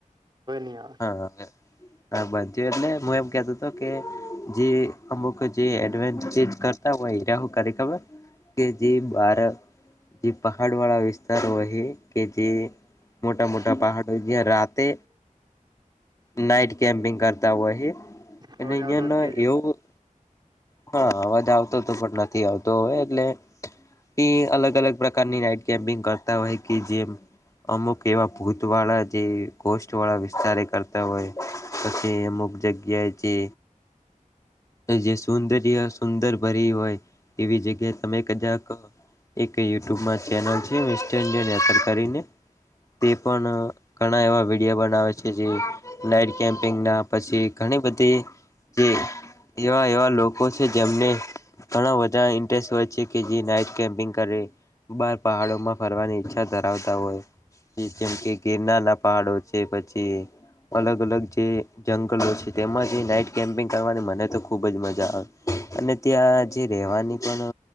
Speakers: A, on the right (about 35°); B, on the left (about 25°).
A: હવે ની આવે
B: <unintelligible> હા બંધું એટલે હું એમ કેતો હતો કે જે અમુક જે <unintelligible> કરતા હોય ત્યાં હું કરે ખબર કે જે બાર જે પહાડ વાળા વિસ્તાર હોય એ કે જે મોટા મોટા પહાડ હોય જયા રાતે નાઈટ કેમ્પિંગ કરતા હોય એ અને
A: અવાજ
B: અહિયાં
A: આવતો હોય તો કેજો
B: એવું હા અવાજ આવતો તો પણ નથી આવતો હવે એટલે ની અલગ અલગ પ્રકારની નાઈટ કેમ્પિંગ કરતા હોય કે જેમ અમુક એવા ભૂત વાળા જે ગોસ્ટ વાળા વધારે કરતા હોય પછી અમુક જગ્યાએ જે જે સૌદર્ય સુંદર ભરી હોય એવી જગ્યાએ તમે કદાક એક યુટ્યુબમાં ચેનલ છે <unintelligible> કરીને તે પણ ઘણા એવા વિડીયો બનાવે છે. નાઈટ કેમપિંગ ના પછી ઘણી બધી જે એવા એવા લોકો છે જેમને ઘણા બધા ઇન્ટરેસ્ટ હોય છે કે જે નાઈટ કેમ્પિંગ કરે બાર પહાડો માં ફરવાની ઈચ્છા ધરાવતા હોય. જેમ કે ગિરનારના પહાડો છે પછી અલગ અલગ જે જંગલો છે તેમાંથી નાઈટ કેમ્પિંગ કરવાની મને તો ખુબ જ મજા આવે. અને ત્યાં જે રહેેવાની પણ